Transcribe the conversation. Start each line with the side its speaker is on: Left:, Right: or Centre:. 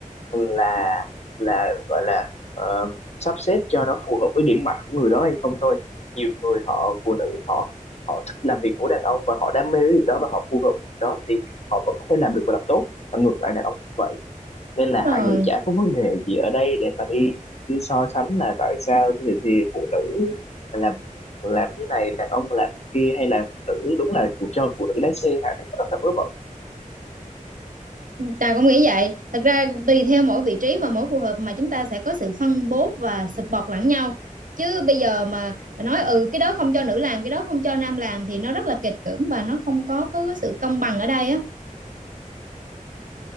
Left: là là gọi là ờ, sắp xếp cho nó phù hợp với điểm mạnh của người đó hay không thôi nhiều người họ phụ nữ họ họ thích làm việc của đàn ông và họ đam mê cái việc đó và họ phù hợp với việc đó thì họ vẫn có thể làm được và làm tốt và ngược lại đàn ông cũng vậy nên
Right: đúng
Left: là Hải
Right: rồi
Left: nghĩ chả có vấn đề gì ở đây để mà đi đi so sánh là tại sao thì, thì phụ nữ làm làm như này đàn ông làm như kia hay là phụ nữ đúng là phụ cho phụ nữ lái xe Hải thấy rất là vớ vẩn
Right: Tài cũng nghĩ vậy. Thật ra tùy theo mỗi vị trí và mỗi khu hợp mà chúng ta sẽ có sự phân bố và support lẫn nhau. Chứ bây giờ mà nói ừ cái đó không cho nữ làm, cái đó không cho nam làm thì nó rất là kịch cưỡng và nó không có có cái sự công bằng ở đây á.